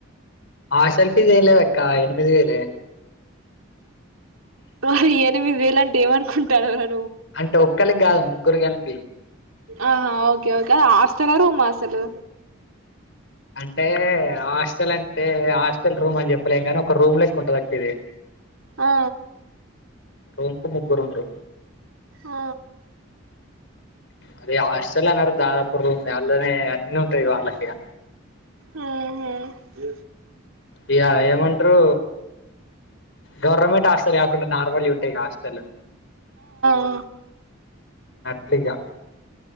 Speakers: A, on the left (about 60°); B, on the right (about 85°).
A: ఆ సెల్ఫీ చేయలేదక్క ఎనిమిది వేలే
B: హో ఎనిమిది వేలంటే ఏమనుకుంటానవ్ రా
A: అంటే ఒక్కలికి కాదు ముగ్గురిక్ కలిపి
B: ఆహా ఓకే ఓకే అ హాస్టల్ రూమా అసలు
A: అంటే హాస్టల్ అంటే హాస్టల్ రూమ్ అని చెప్పలేం కాని ఒక రూమ్ లెక్ ఉంటుంది అక్క ఇది
B: ఆ
A: రూమ్ కు ముగ్గుర్ ఉంట్రు
B: ఆ
A: అదే హాస్టల్ అనరు దాదాపు రూమ్ అళ్ళనే అన్ని ఉంటయి వాళ్ళకి ఇగ
B: ఉ హూ
A: ఇగా ఏమంట్రు గవర్మెంట్ హాస్టల్ కాకుండ నార్మల్ ఉంటయి గా హాస్టలు
B: అ
A: ట్లిగా